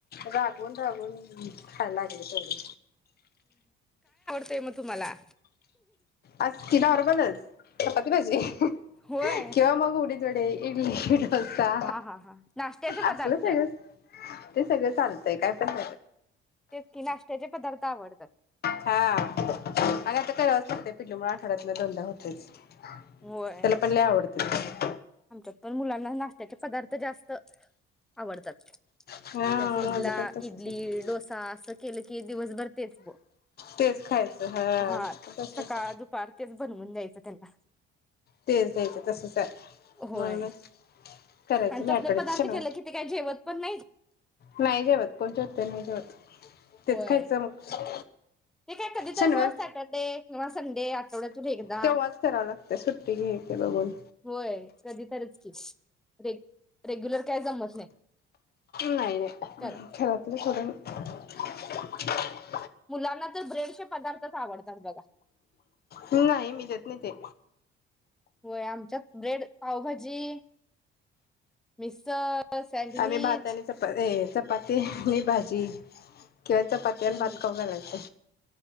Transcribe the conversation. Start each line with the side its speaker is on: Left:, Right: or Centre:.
Left: रागवून रागून हम्म खाय लागले थोडी
Centre: ते मग तुम्हाला
Left: आज ती नॉर्मलच चपाती भाजी
Centre: होय
Left: किंवा मग उडीद कडे इडली डोसा
Centre: हा हा हा नाश्त्याचे
Left: असलं
Centre: पदार्थ
Left: सगळं
Centre: तेच
Left: ते सगळं चालतंय काय पण
Centre: की नाश्त्याचे पदार्थ आवडतात.
Left: हा आणि आता करावच लागतयं पिलुमुळ आठवड्यातन दोनदा होत <inaudible>
Centre: होय
Left: त्यालापण लय आवडतय.
Centre: आमच्यात पण मुलांना नाश्त्याचे पदार्थ जास्त आवडतात.
Left: हा
Centre: त्यास इडला-इडली
Left: माझं पण तसंच आहे
Centre: डोसा असं केलं की दिवसभर तेच ब
Left: तेच खायचं
Centre: हा
Left: तसंच
Centre: सकाळ, दुपार तेच बनवून द्यायचं. त्यांना
Left: तेच द्यायचं तसच हाय.
Centre: होय.
Left: मला न करायचा
Centre: आणि
Left: ना
Centre: तसले
Left: कडेक्शन
Centre: पदार्थ
Left: वर
Centre: केले की ते काय जेवत पण नाहीत.
Left: नाय जेवत कोनच्या त्या नाय जेवत तेच
Centre: होय.
Left: खायचं मग
Centre: ते काय कधी तर
Left: शनिवार
Centre: बघ सॅटरडे किंवा संडे आठवड्यातून एकदा
Left: तेव्हाच करावं लागत सुट्टी घ्यायची बघून
Centre: होय कधीतरीच की रे रेग्युलर काय जमत नाही
Left: नाही नाही
Centre: करा.
Left: घरातलं सोडण <unintelligible>
Centre: मुलांना तर ब्रेडचे पदार्थच आवडतात बघा,
Left: नाही मी देत नाही ते
Centre: होय आमच्यात ब्रेड पावभाजी, मिसळ सँडविच
Left: आम्ही भात आणि चपा ए चपाती आणि भाजी केळ्याचा पत्त्यानं
Centre: हम्म
Left: पात
Centre: हम्म.
Left: <unintelligible> याचा